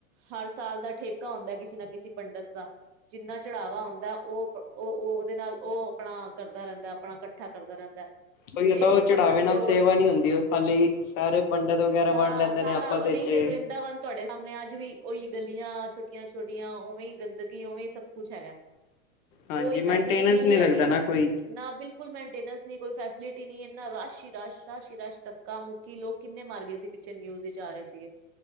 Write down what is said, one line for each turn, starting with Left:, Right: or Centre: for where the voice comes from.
Right: ਹਰ ਸਾਲ ਦਾ ਠੇਕਾ ਹੁੰਦਾ, ਕਿਸੇ ਨਾ ਕਿਸੇ ਪੰਡਿਤ ਦਾ ਜਿੰਨਾ ਚੜਾਵਾ ਹੁੰਦਾ ਉਹ-ਉਹ ਉਹਦੇ ਨਾਲ ਉਹ ਆਪਣਾ ਕਰਦਾ ਰਹਿੰਦਾ, ਆਪਣਾ ਇਕੱਠਾ ਕਰਦਾ ਰਹਿੰਦਾ
Left: ਬਈ
Right: ਤੇ ਉੱਥੇ
Left: ਉਹ ਤਾਂ
Right: ਇੱਕ
Left: ਉਹ
Right: ਇੱਕ ਪੰਡਿਤ
Left: ਚੜਾਵੇ ਨਾਲ
Right: ਕਰੋੜ
Left: ਸੇਵਾ ਨਹੀਂ ਹੁੰਦੀ ਉਹ ਖਾਲੀ ਸਾਰੇ ਪੰਡਿਤ ਵਗੈਰਾ
Right: ਸਾ
Left: ਬੰਣ ਲੈਂਦੇ
Right: ਸਾਰਾ
Left: ਨੇ ਆਪਸ ਵਿੱਚ
Right: ਨਹੀਂ
Left: ਹੀ
Right: ਤੇ ਵਰਿੰਦਾਵਨ ਤੁਹਾਡੇ ਸਾਹਮਣੇ ਅੱਜ ਵੀ ਉਹੀ ਗਲੀਆਂ ਛੋਟੀਆਂ-ਛੋਟੀਆਂ, ਉਵੇਂ ਹੀ ਗੰਦਗੀ ਉਵੇਂ ਹੀ ਸਭ ਕੁੱਛ ਹੈਗਾ
Left: ਹਾਂਜੀ
Right: ਕੋਈ
Left: ਮੇਨਟੇਨੈਂਸ
Right: ਫੈਸਿਲਿਟੀ
Left: ਨਹੀਂ
Right: ਹੈਗੀ
Left: ਰੱਖਦਾ, ਨਾ ਕੋਈ
Right: ਨਾ ਬਿਲਕੁਲ ਮੇਨਟੇਨੈਂਸ ਨਹੀਂ ਕੋਈ, ਫੈਸਿਲਿਟੀ ਨਹੀਂ ਇੰਨਾ ਰਸ਼ ਹੀ ਰਸ਼ ਰਸ਼ ਹੀ ਰਸ਼ ਤਾ ਕ ਮੁੱਕੀ ਲੋਕ ਕਿੰਨੇ ਮਰ ਗਏ ਸੀ, ਪਿੱਛੇ ਨਿਊਜ਼ ਵਿੱਚ ਆ ਰਹੇ ਸੀਗੇ